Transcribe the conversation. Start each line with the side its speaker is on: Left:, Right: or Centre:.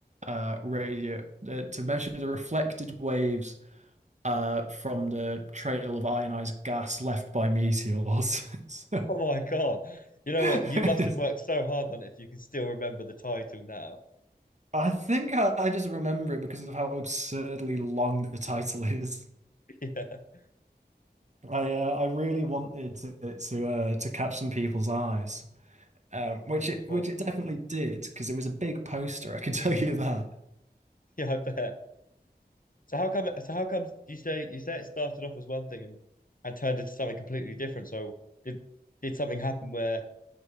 Right: uh radio uh, to measure the reflected waves uh from the trail of ionized gas left by meteors. <laughs> So,
Left: Oh my God, you know
Right: <laughs>
Left: what? You must have worked so hard on it if you can still remember the title now.
Right: I think I, I just remember it because of how absurdly long the title is.
Left: <laughs> Yeah,
Right: I uh, I really wanted it to uh, to catch some people's eyes. um, which
Left: yeah, for
Right: it
Left: sure.
Right: which it definitely did because it was a big poster. I can <laughs> tell you that.
Left: Yeah, I bet. So how come? So how come you say you say it started off as one thing and and turned into something completely different? So did did something happen where